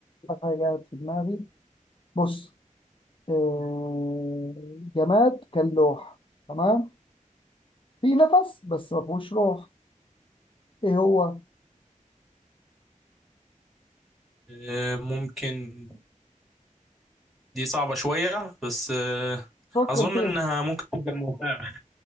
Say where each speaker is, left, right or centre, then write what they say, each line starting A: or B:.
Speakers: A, on the left; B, in the centre.
A: حاجه جت في دماغي بص آه، جماد كان لوح تمام في نفس بس ما فيهوش روح ايه هو
B: آه، ممكن دي صعبة شوية بس آه،
A: فكر
B: أظن
A: فيه
B: إنها ممكن تبقى الممتعة